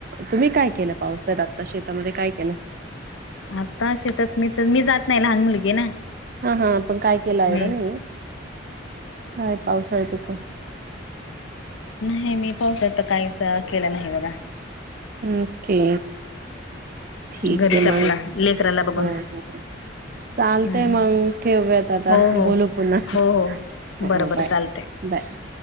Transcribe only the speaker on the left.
आता शेतात मी तर मी जात नाही लहान मुलगी ना
मी
नाही मी पावसाळा तर काहीच केलं नाही बघा.
घरीच
आपला
लेकराला बघून.
हम्म हम्म.
हो हो
हो हो
बरं
बरं
चालतंय